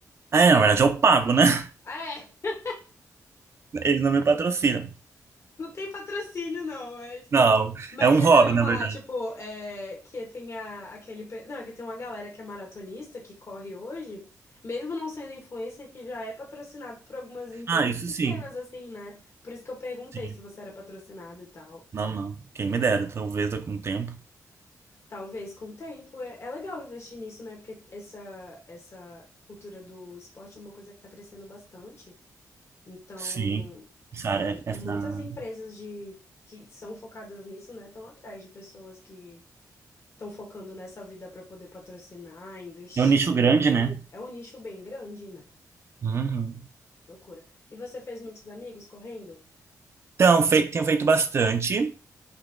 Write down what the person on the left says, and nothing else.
Ah, É,
não tem patrocínio, não. É
Mas
eu
eu ia
falar,
tipo, é, que tem a, aquele. pe- Não, que tem uma galera que é maratonista, que corre hoje, mesmo não sendo influencer, que já é patrocinado por algumas empresas
pequenas,
assim, né? Por isso que eu perguntei
se você era patrocinado e tal.
Talvez com o tempo. É, é legal investir nisso, né? Porque essa, essa cultura do esporte é uma coisa que tá crescendo bastante. Então,
é,
muitas
empresas de, que são focadas nisso, né, estão atrás de pessoas que estão focando nessa vida para poder patrocinar, investir.
É um nicho bem grande, né?
Que Loucura. E você fez muitos amigos correndo?